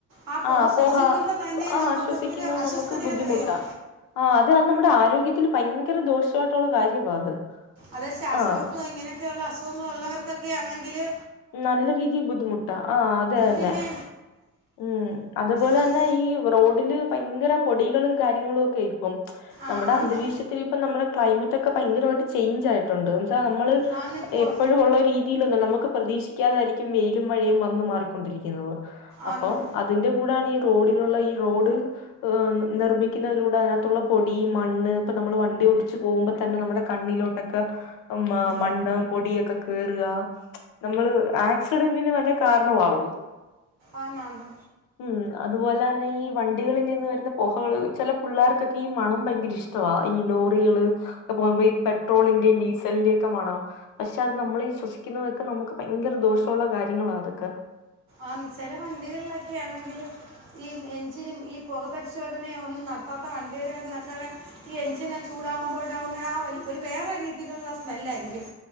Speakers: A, on the right; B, on the left.
A: ആ പോക
B: ആഹ്
A: ശ്വസിക്കുമ്പോ
B: പോഹ
A: തന്നെ
B: ആഹ്
A: നമുക്ക്
B: ശ്വസിക്കുന്നത്
A: എന്തൊര് അസ്വസ്ഥതയാ
B: നമുക്ക് ബുദ്ധിമുട്ടാ.
A: യെന്ന് അറിയാമോ.
B: ആഹ് അതെ അത് നമ്മുടെ ആരോഗ്യത്തില് ഭയങ്കര ദോഷായിട്ടുള്ള കാര്യമാ അത്.
A: അത് ശ്വാസംമുട്ടും
B: ആഹ്
A: ഇങ്ങനെയൊക്കെയുള്ള അസുഖങ്ങൾ ഉള്ളവർക്കൊക്കെ ആന്നെങ്കില്.
B: നല്ല രീതി ബുദ്ധിമുട്ടാ ആഹ് അത് തന്നെ.
A: പിന്നെ
B: ഉം അതുപോലെ
A: അങ്ങ്
B: തന്നെ ഈ റോഡില്. ഭയങ്കര പൊടികളും കാര്യങ്ങളും ഒക്കെ ഇപ്പം
A: ആന്ന്
B: നമ്മടെ അന്തരീക്ഷത്തിൽ ഇപ്പം നമ്മളെ ക്ലൈമറ്റ് ഒക്കെ ഭയങ്കരമായിട്ട് ചേയ്ഞ്ച് ആയിട്ടുണ്ട് എന്ന് വച്ചാ നമ്മള്
A: ആന്ന് ഇപ്പോൾ
B: എപ്പഴും ഉള്ള രീതിൽ ഒന്നും നമ്മക്ക് പ്രതീക്ഷിക്കാതായിരിക്കും വെയിലും, മഴയും വന്ന് മാറിക്കൊണ്ടിരിക്കുന്നത്
A: ആന്ന്
B: അപ്പം അ തിന്റെ കൂടാണ് ഈ റോഡിലുള്ള ഈ റോഡ്. നിർമ്മിക്കുന്നതിലൂടെ അതിനകത്തുള്ള പൊടി, മണ്ണ്, ഇപ്പൊ നമ്മൾ വണ്ടി ഓടിച്ച് പോകുമ്പോ തന്നെ നമ്മടെ കണ്ണിലോട്ടൊ ക്കെ മ
A: ആ
B: മണ്ണ്, പൊടി, ഒക്കെ കേറുക. നമ്മള് ആക്സിഡന്റിന് വരെ കാരണവാവും അത്.
A: ആന്ന് ആന്ന്.
B: ഉം അതുപോലെ തന്നെ ഈ വണ്ടികളിൽ നിന്ന് വരുന്ന പോഹകള് ചില പിള്ളാർക്കൊക്കെ ഈ മണം ഭയങ്കര ഇഷ് വാ ഈ ലോറികള് ഒക്കെ പോകുമ്പോ ഈ പെട്രോളിന്റെ, ഡീസലിന്റെ ഒക്കെ മണം. പക്ഷെ അത് നമ്മള് ശ്വസിക്കുന്നതൊക്കെ നമുക്ക് ഭയങ്കര ദോഷുള്ള കാര്യങ്ങളാ അതൊക്കെ.
A: ആന്ന് ചെല വണ്ടികളിലൊക്കെ ആണെങ്കില്. ഈ എഞ്ചിനും ഈ പൊക പരിശോധന ഒന്നും നടത്താത്ത വണ്ടിയുടെന്ന് ഒക്കെ. ഈ എഞ്ചിനെ ചൂടാവുമ്പോ ഉണ്ടാവുന്ന ആ ഒരു ഒരുവേറെ രീതിയിലുള്ള സ്മെല്ല് ആയിരിക്കും.